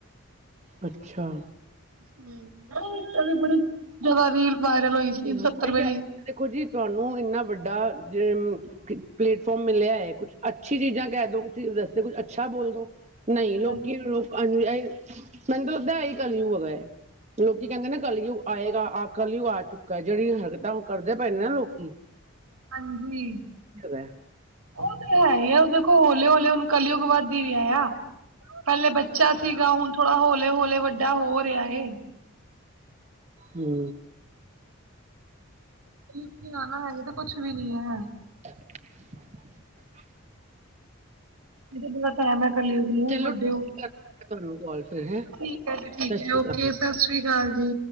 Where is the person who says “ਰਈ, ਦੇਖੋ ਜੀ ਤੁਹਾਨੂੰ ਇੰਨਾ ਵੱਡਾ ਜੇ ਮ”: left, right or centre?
Right